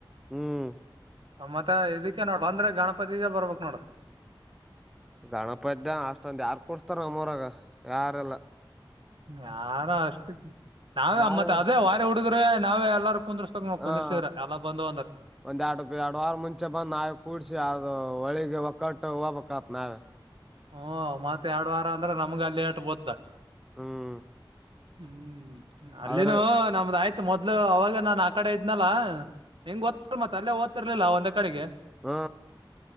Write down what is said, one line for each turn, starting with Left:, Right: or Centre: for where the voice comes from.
Centre: ಹ್ಮ್
Right: ಮತ್ತ ಇದ ನೋಡು ಬಂದ್ರೆ ಗಣಪತಿಗೆ ಬರ್ಬೇಕಕ್ ನೋಡು
Centre: ಗಣಪತಿ ಅಷ್ಟೊಂದು ಯಾರ್ ಕೂಡ್ಸ್ತಾರ ನಮ್ಮರಾಗ ಯಾರೆಲ್ಲ
Right: ಯಾರ ಅಷ್ಟು ನಾವೇಮ್ಮತ್
Centre: ನಾವೇ
Right: ಅದೇ ವಾರ ಹುಡುಗರು ನಾವೇ ಎಲ್ಲ ಕುಂದಿರ್ದ್ರ
Centre: ಹಾ
Right: ಎಲ್ಲ ಬಂದು
Centre: ಒಂದ್ ಎರಡು ಎರಡು ವಾರ ಮುಂಚೆ ಬಂದು ಆ ಕೂಡ್ಸಿ ಅದು ಹೊಳಿಗೆ ಒಕ್ಕಟ್ಟ ಹ ಪಕ್ಕಾ ಅನ
Right: ಹಓ ಮತ್ತ ಎರಡು ವಾರ ಅಂದ್ರೆ ನಮ್ಗ ಅಲ್ಲಿಟ್ ಬೋದ್ದ
Centre: ಹ್ಮ್
Right: ಹ್ಮ್ ಅಲ್ಲಿನೂ
Centre: ಆದ್ರ
Right: ನಮ್ದ ಆಯ್ತು ಮೊದ್ಲು ಅವಾಗ ನಾನ ಆ ಕಡೆ ಇದ್ನಲ್ಲ ಹೆಂಗ್ ಓ್ತ ಮತ್ ಅಲ್ಲೇ ದ್ತಿರ್ಲಿಲ್ಲ ಒಂದ ಕಡೆಗೆ
Centre: ಹ್ಮ